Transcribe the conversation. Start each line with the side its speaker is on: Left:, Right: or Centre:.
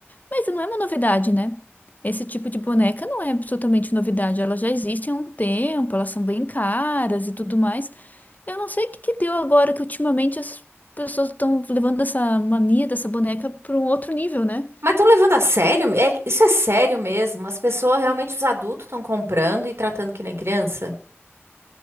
Left: Mas não é uma novidade, né? Esse tipo de boneca não é absolutamente novidade. Ela já existe há um tempo, elas são bem caras e tudo mais. Eu não sei o que que deu agora que ultimamente as pessoas estão levando essa mania dessa boneca para um outro nível, né?
Right: Mas estão levando a sério? É, que- isso é sério mesmo? As pessoas realmente, os adultos estão comprando e tratando que nem criança?